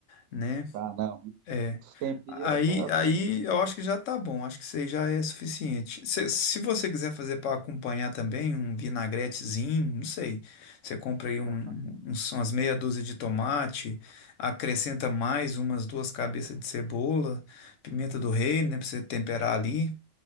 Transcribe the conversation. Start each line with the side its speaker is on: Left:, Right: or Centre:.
Left: né?
Right: Tá, não.
Left: É.
Right: Os temperos
Left: Aí,
Right: tá,
Left: aí
Right: tá,
Left: eu acho que já tá bom, acho que isso aí já é suficiente. Se, se você quiser fazer para acompanhar também um vinagretezinho, não sei, você compra aí um,
Right: tá,
Left: um,
Right: tá.
Left: uns, umas meia dúzia de tomate, acrescenta mais umas duas cabeças de cebola, pimenta do reino, né, para você temperar ali,